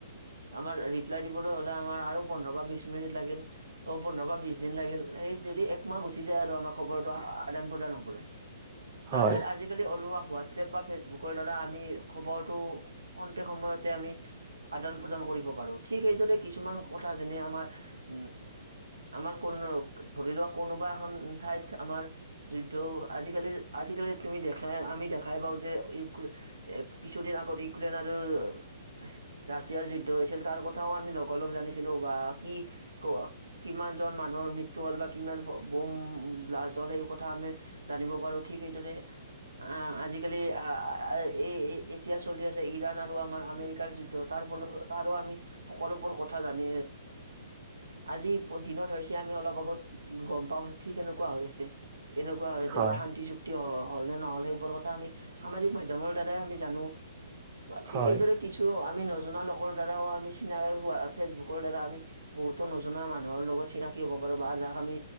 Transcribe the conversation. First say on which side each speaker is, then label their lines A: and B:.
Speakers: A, on the right; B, on the right.
A: আমাৰ ৰিপ্লাই দিবলৈ হ'লে আমাৰ আৰু পোন্ধৰ বা বিশ মিনিট লাগিল অহ পোন্ধৰ বা বিশ দিন। লাগিল সেই যদি একমাহ গুচি যায় আৰু আমাৰ খবৰটো আদান প্ৰদান হবলৈ।
B: হয়
A: তাৰপিছত আজিকালি ওলোৱা হোৱাটছএপ বা ফেচবুক। বুকৰ দ্বাৰা আমি খবৰটো খন্তেক সময়তে আমি। আদান প্ৰদান কৰিব পাৰোঁ ঠিক সেইদৰে কিছুমান কথা যেনে আমাৰ উম। আমাৰ কোনো ধৰি লোৱা কোনোবা এখন ঠাইত আমাৰ যুদ্ধ আজিকালি। আজিকালি তুমি দেখাই আমি দেখাই পাওঁ যে ইক্ৰ কিছুদিন আগত ইউক্ৰেইন আৰু। <unintelligible> ৰাছিয়াৰ যুদ্ধ হৈছিল তাৰ কথাও আমি লগা লগ জানিছিলো বা কি ক-কিমান জন মানুহ। মৃত্যু হ'ল বা কিমান বম ব্লাষ্ট হল সেই কথা আমি জানিব পাৰোঁ ঠিক এইদৰে। আহ-আজিকালি অহ এ-এতিয়া চলি আছে ইৰাণ আৰু আমাৰ আমেৰিকাৰ যু তাৰ ফলতো তাৰো আমি সকলোবোৰ কথা জানি আজি দিনত হৈছে। আমি অলপ আগত গম পাওঁ ঠিক সেনেকুৱা হৈ আছে। এনেকুৱা হৈছে
B: হয় হয়
A: বা শান্তি চুক্তি হ-হ'ল নে নহ'ল সেইবোৰ ক আমি সামাজিক মাধ্যমৰ দ্বাৰাই আমি জানোঁ ঠিক
B: হয়
A: এইদৰে কিছু আম আমি নজনা লোকৰ দ্বাৰাও আমি চিনাই হোৱা ফেচবুকৰ দ্বাৰা আমি বহুতো নজনা মানুহৰ লগত চিনাক কি হ'ব পাৰো বা যাক আমি